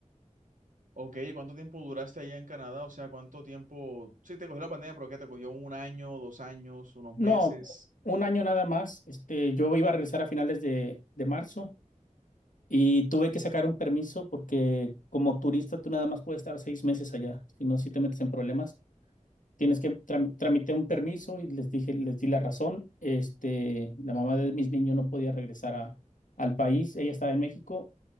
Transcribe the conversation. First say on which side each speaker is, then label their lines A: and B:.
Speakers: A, on the right (about 80°); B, on the left (about 80°).
A: Ok, ¿y ¿cuánto tiempo duraste allá en Canadá? O sea, ¿cuánto tiempo? Sí, te cogió la pandemia, pero ¿qué te cogió? ¿Un año, dos años, unos
B: No,
A: meses?
B: un año nada más. Este, yo iba a regresar a finales de, de marzo y tuve que sacar un permiso porque como turista tú nada más puedes estar seis meses allá, si no, si te metes en problemas. Tienes que tram- tramité un permiso y les dije, les di la razón. Este, la mamá de mis niños no podía regresar a, al país. Ella estaba en México.